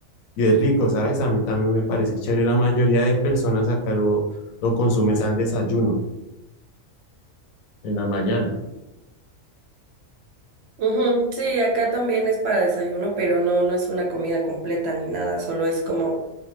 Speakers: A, on the left; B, on the right.
A: y es rico, ¿sabes? A mí también me parece chévere. La mayoría de personas acá lo, lo consumes al desayuno, en la mañana.
B: Ujú, Sí, acá también es para desayuno, pero no, no es una comida completa ni nada, solo es como